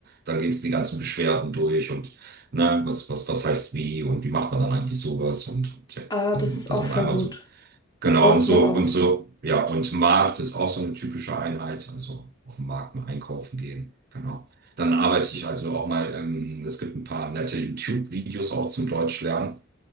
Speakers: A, on the right (about 45°); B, on the left (about 20°).
A: dann geht's die ganzen Beschwerden durch und ne, was, was, was heißt wie und wie macht man dann eigentlich sowas und, und ja,
B: Ah,
A: dann-
B: das ist
A: dass
B: auch voll
A: man einmal
B: gut.
A: so, genau,
B: Braucht
A: und so,
B: man auch.
A: und so, ja, und Markt ist auch so eine typische Einheit, also auf dem Markt mal einkaufen gehen. Genau. Dann arbeite ich also auch mal, ähm, es gibt ein paar nette YouTube-Videos auch zum Deutsch lernen.